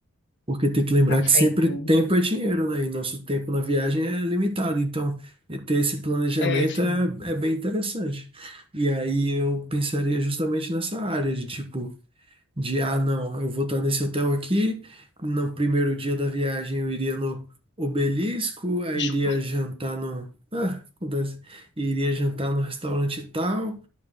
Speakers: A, on the right; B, on the left.
A: Porque tem que lembrar
B: café
A: que sempre
B: incluso.
A: tempo é dinheiro, né? E nosso tempo na viagem é limitado. Então, e ter esse planejamento
B: É, assim,
A: é, é bem interessante. E aí eu pensaria justamente nessa área de tipo, de ah, não, eu vou estar nesse hotel aqui. No primeiro dia da viagem eu iria no Obelisco, aí
B: desculpa.
A: iria jantar no. Ah, acontece. Iria jantar no restaurante tal.